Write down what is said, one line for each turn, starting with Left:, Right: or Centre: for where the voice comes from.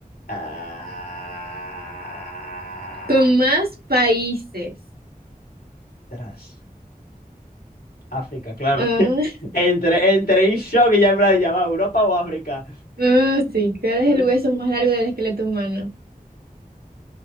Left: Ah,
Right: Con más países.
Left: atrás. África, claro.
Right: Ah.
Left: <laughs> Entré, entré en shock y ya en plan de llamar Europa o África.
Right: Ah, sí, ¿cuál es
Left: ¿Cuál es?
Right: el hueso más largo del esqueleto humano?